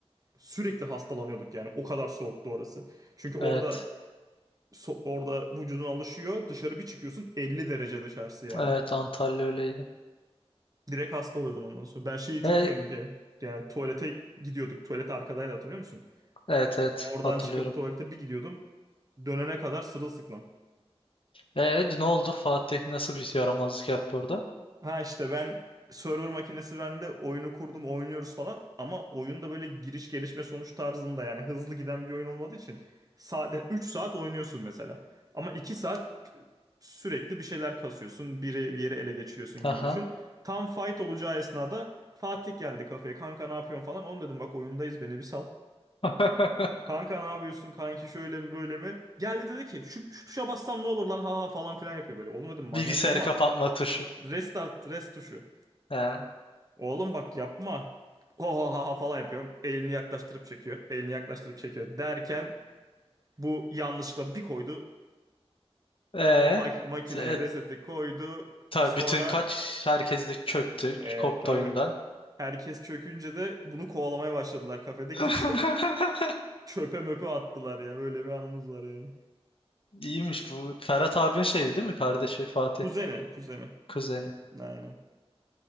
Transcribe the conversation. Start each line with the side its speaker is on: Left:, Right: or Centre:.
Right: sürekli hastalanıyorduk yani. O kadar soğuktu orası. Çünkü orada
Left: Evet.
Right: so- orada vücudun alışıyor. Dışarı bir çıkıyorsun 50 derece dışarısı yani.
Left: Evet Antalya öyleydi.
Right: Direkt hasta oluyordun ondan sonra. Ben şeyi hiç
Left: E,
Right: unutmuyorum bir kere. Yani tuvalete gidiyorduk. Tuvalet arkadaydı hatırlıyor musun?
Left: evet evet
Right: Oradan
Left: hatırlıyorum.
Right: çıkıp tuvalete bir gidiyordum. Dönene kadar sırılsıklam.
Left: E, ne oldu Fatih nasıl bir yaramazlık yaptı orada?
Right: Ha işte ben server makinesi bende oyunu kurdum oynuyoruz falan ama oyunda böyle giriş gelişme sonuç tarzında yani hızlı giden bir oyun olmadığı için sade 3 saat oynuyorsun mesela. Ama 2 saat sürekli bir şeyler kasıyorsun biri bir yere ele geçiriyorsun
Left: Aha.
Right: gibi düşün. Tam fight olacağı esnada Fatih geldi kafeye kanka ne yapıyorsun falan oğlum dedim bak oyundayız beni bir sal.
Left: <laughs>
Right: Kanka ne yapıyorsun kanki şöyle mi böyle mi? Geldi dedi ki şu, şu tuşa bassam ne olur lan ha ha falan filan yapıyor böyle. Oğlum dedim manyak
Left: Bilgisayarı
Right: olma.
Left: kapatma tuşu.
Right: Restart rest tuşu.
Left: He.
Right: Oğlum bak yapma. Oha falan yapıyorum. Elini yaklaştırıp çekiyor. Elini yaklaştırıp çekiyor derken bu yanlışla bir koydu.
Left: Ee,
Right: Mak- makineye
Left: e,
Right: reseti koydu.
Left: tabii
Right: Sonra
Left: bütün kaç herkes de çöktü,
Right: e,
Left: koptu
Right: tabii
Left: oyundan.
Right: herkes çökünce de bunu kovalamaya başladılar kafede. Gidip
Left: <laughs>
Right: çöp, çöpe möpe attılar ya. Böyle bir anımız var yani.
Left: İyiymiş bu. Ferhat abinin şeydi değil mi? Kardeşi Fatih,
Right: Kuzeni, kuzeni.
Left: kuzeni.
Right: Aynen.